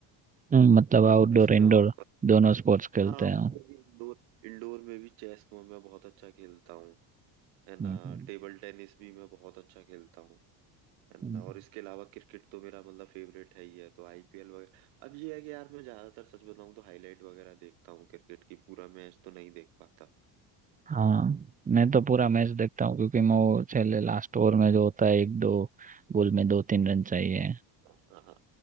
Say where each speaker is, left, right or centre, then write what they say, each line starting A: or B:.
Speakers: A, on the right; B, on the right.
A: हम्म, मतलब
B: और
A: आउटडोर
B: इसमें
A: इंडोर
B: और
A: दोनों स्पोर्ट्स खेलते
B: हाँ
A: हैं
B: मतलब
A: हम्म,
B: इंडोर इंडोर में भी चेस में मैं बहुत अच्छा खेलता हूँ है ना
A: हम्म, हम्म।
B: टेबल टेनिस भी मैं बहुत अच्छा खेलता हूँ है ना
A: हम्म।
B: और इसके अलावा क्रिकेट तो मेरा मतलब फेवरेट है ही है तो आईपीएल वगैरह अब ये है कि यार मैं ज्यादातर सच बताऊं तो हाईलाइट वगैरह देखता हूँ क्रिकेट की पूरा मैच तो नहीं देख पाता
A: हाँ मैं तो पूरा मैच देखता हूँ क्योंकि मैं वो पहले लास्ट ओवर में जो होता है एक दो बॉल में दो तीन रन चाहिए
B: हाँ हाँ हाँ।